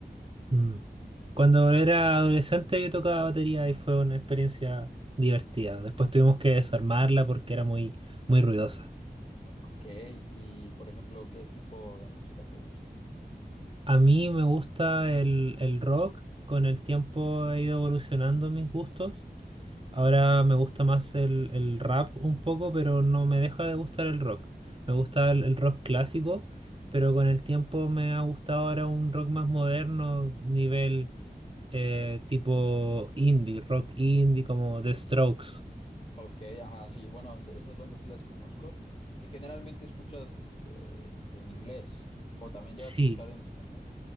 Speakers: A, on the right; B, on the left.
A: Mm. Cuando era adolescente yo tocaba batería y fue una experiencia divertida. Después tuvimos que desarmarla porque era muy, muy ruidosa.
B: Ok, y por ejemplo, ¿qué tipo de música te gusta?
A: A mí me gusta el, el rock, con el tiempo he ido evolucionando mis gustos. Ahora me gusta más el, el rap un poco, pero no me deja de gustar el rock. Me gusta el, el rock clásico, pero con el tiempo me ha gustado ahora un rock más moderno, nivel eh, tipo indie, rock indie como The Strokes.
B: Ok, ajá, sí. Bueno, es- esas bandas sí las conozco. Y generalmente escuchas este, en inglés. O también llegas
A: Sí,
B: a escuchar en español.